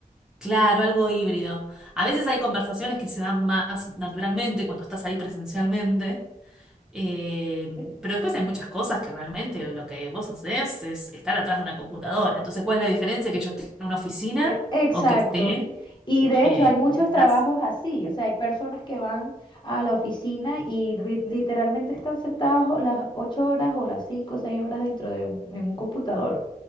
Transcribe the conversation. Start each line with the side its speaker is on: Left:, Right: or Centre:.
Centre: Claro, algo híbrido. A veces hay conversaciones que se dan más naturalmente cuando estás ahí presencialmente, eh,
Left: ¿Mm?
Centre: pero después hay muchas cosas que realmente lo que vos hacés es estar atrás de una computadora. Entonces, ¿cuál es la diferencia que yo esté en una oficina
Left: E- Exacto.
Centre: o que esté
Left: Y de
Centre: eh,
Left: hecho hay muchos
Centre: en
Left: trabajos
Centre: casa?
Left: así, o sea, hay personas que van a la oficina y ri- literalmente están sentados o las ocho horas o las cinco o seis horas dentro de un, en un computador.